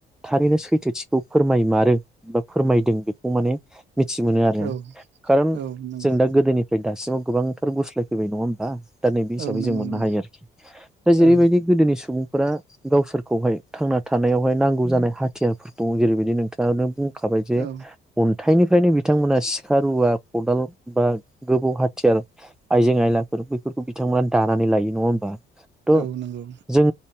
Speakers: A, in the centre; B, on the right.
A: थारैनो सैथोथिखौ फोरमायमारो बा फोरमायदों बेखौ माने मिथि मोनो आरो
B: औ
A: खारन
B: औ नंगौ
A: जों दा गोदोनिफ्राय दासिमाव गोबांथार गुस्लायफैबाय नङा होमबा? दा नैबे हिसाबै
B: औ नंगौ
A: जों मोननो
B: नंगौ
A: हायो आरोखि, दा जेरैबायदि
B: औ
A: गोदोनि सुबुं फोरा गावसोरखौहाय थांना था थानायावहाय नांगौ जानाय हाथियारफोर दं, जेरैबायदि नोंथाङानो बुं खाबाय जे
B: औ
A: अन्थाइनिफ्रायनो बिथांमोना सि खा रुवा खदाल बा गोबौ हाथियार आइजें आयलाफोर बैफोरखौ बिथांमोना दानानै लायो नङा होमबा? थ'
B: औ नंगौ।
A: जों